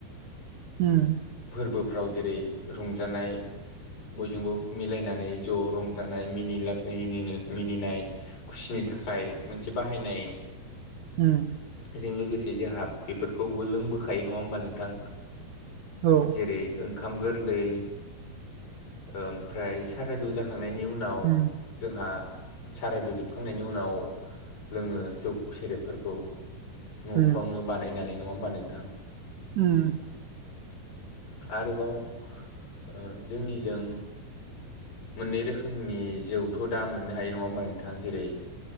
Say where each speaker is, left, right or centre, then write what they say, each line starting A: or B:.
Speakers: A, on the right; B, on the left.
A: उम।
B: फोरबोफ्राव जेरै रंजानाय बयजोंबो मिलायनानै ज' रंजानाय मिनिला मिनिनो-मिनिनाय खुसिनि थाखाय मोनसे बाहायनाय।
A: हम।
B: जों लोगोसे जोहा बेफोरखौबो लोंबोखायो नङा होमबा नोंथां।
A: औ।
B: जेरै ओंखाम गोरलै, ओमफ्राय सारादु जा खांनायनि उनाव
A: उम
B: जोहा सारादुजोबखांनायनि उनाव लोङो जौ सेरेबफोरखौ न'फ्रावनो
A: उम
B: बानायनानै नङा होमबा नोंथां।
A: उम
B: आरोबाव ओ जोंनिजों मोननै रोखोमनि जौथ' दा मोननो हायो नङा होमबा नोंथाङा जेरै